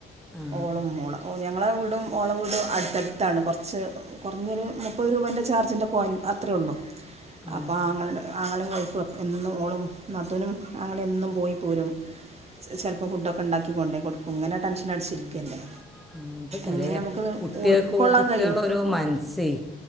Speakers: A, in the centre; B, on the right (about 30°).
A: ആ
B: ഓള മ്മാ ഓളെ ഞങ്ങളെ വീടും ഓളെ വീടും അടുത്തടുത്താണ് കുറച്ച് കുറഞ്ഞൊരു മുപ്പത് രൂപേൻ്റെ ചാർജിൻ്റെ പോയിൻറ് അത്ര ഒള്ളൂ
A: ആ
B: അപ്പൊ ആങ്ങ ആങ്ങളെ അപ്പ <unintelligible> എന്നും ഓളും നാത്തൂനും ആങ്ങളയും എന്നും പോയി പോരും ചിലപ്പോൾ ഫുഡൊക്കെ ഉണ്ടാക്കി കൊണ്ടേ കൊടുക്കും ഇങ്ങനെ ടെൻഷൻ അടിച്ചിരിക്കല്ലേ
A: ഉം. ആ, ഇപ്പം ചില
B: എങ്ങനെ നമുക്ക് ഇത്
A: കുട്ടികൾക്ക്
B: ഉൾക്കൊള്ളാൻ
A: കുട്ടികളോരോ
B: കഴിയും
A: മനസ്സേ